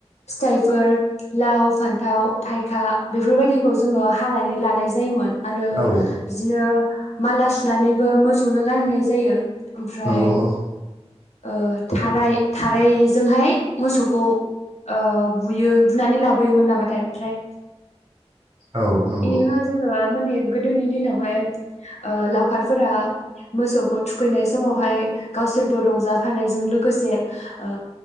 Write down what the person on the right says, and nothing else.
औ
नंगौ औ
<inaudible> औ नंगौ।